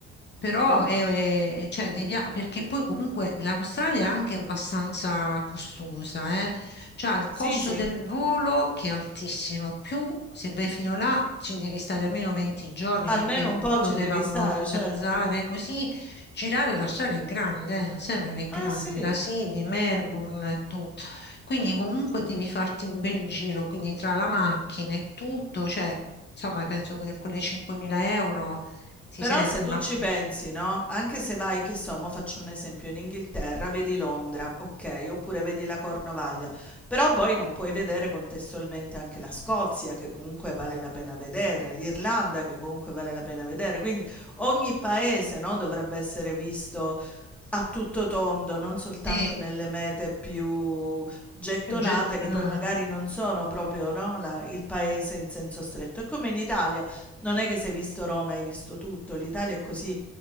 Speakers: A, on the left; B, in the centre.
A: Però
B: Mm.
A: è, è- cioè, dei via- perché poi comunque l'Australia è anche abbastanza costosa, eh. C'ha il
B: Sì,
A: costo
B: sì,
A: del volo che è altissimo, più se vai fino là ci devi stare almeno 20 giorni
B: almeno
A: perché il
B: un
A: volo
B: po' ci
A: deve
B: devi
A: ammortizzare,
B: stare, certo.
A: così girare la strada è grande, eh, non sembra che è grande,
B: Eh sì,
A: da Sydney, Melbourne e tutto. Quindi comunque devi farti un bel giro, quindi tra la macchina e tutto, cioè, insomma, penso che quelle 5.000 euro ti
B: però
A: servono.
B: se tu ci pensi, no? Anche se vai, che so, mo faccio un esempio, in Inghilterra vedi Londra, ok, oppure vedi la Cornovaglia, però poi non puoi vedere contestualmente anche la Scozia, che comunque vale la pena vedere, l'Irlanda, che comunque vale la pena vedere, quindi ogni paese, no, dovrebbe essere visto A tutto tondo, non soltanto
A: Sì,
B: nelle mete più gettonate,
A: più gettonate.
B: che poi magari non sono proprio, no, la- il paese in senso stretto. È come in Italia, non è che se hai visto Roma hai visto tutto, l'Italia è così